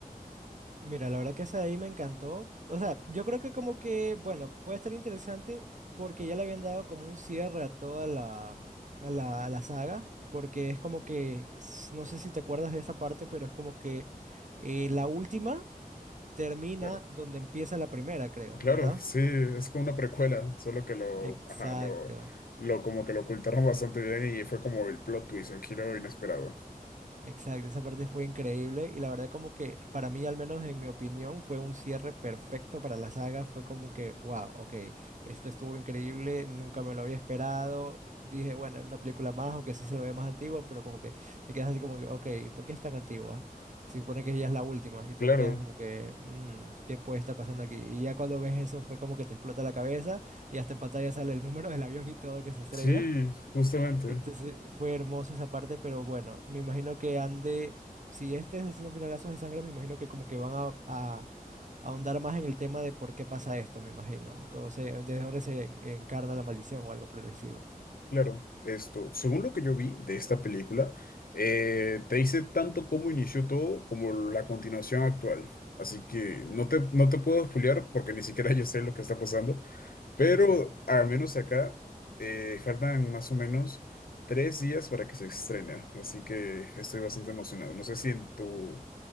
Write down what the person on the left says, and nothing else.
Claro,
claro,
sí, es como una precuela, solo que lo,
ajá, lo, lo como que lo ocultaron bastante bien y fue como el plot twist, el giro inesperado.
Claro,
sí, justamente,
claro. Esto, según lo que yo vi de esta película, eh, te dice tanto cómo inició todo como la continuación actual. Así que no te, no te puedo spoilear porque ni siquiera <laughs> yo sé lo que está pasando, Pero
al menos acá eh, faltan más o menos tres días para que se estrene, así que estoy bastante emocionado. No sé si en tu,